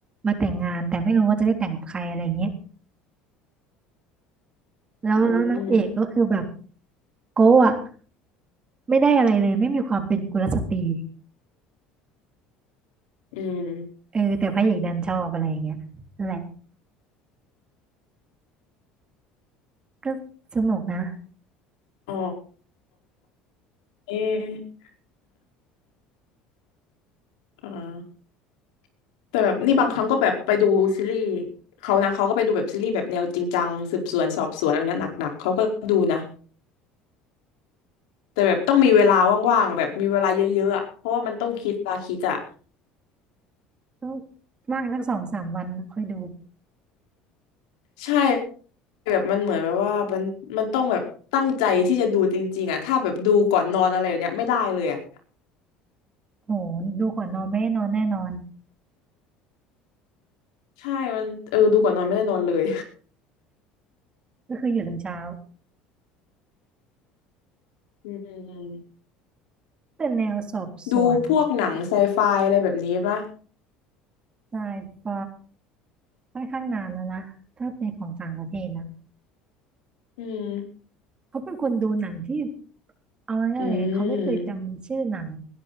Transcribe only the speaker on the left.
อืม
อืม
อ๋อเอะอ่าแต่แบบนี่บางครั้งก็แบบไปดูซีรีส์เขานะเขาก็ไปดูแบบซีรีส์แบบแนวจริงจังสืบสวนสอบสวนอะไรเนี้ยหนักๆเขาก็ดูนะแต่แบบต้องมีเวลาว่างๆแบบมีเวลาเยอะๆอะเพราะว่ามันต้องคิดตาคิดอะ
ใช่แบบมันเหมือนแบบว่ามันมันต้องแบบตั้งใจที่จะดูจริงๆอ่ะถ้าแบบดูก่อนนอนอะไรอย่างเนี้ยไม่ได้เลยอ่ะ
ใช่มันเออดูก่อนนอนไม่ได้นอนเลย
<laughs> อืม
ดูพวกหนังไซไฟอะไรแบบนี้ปะ
อืม
อืม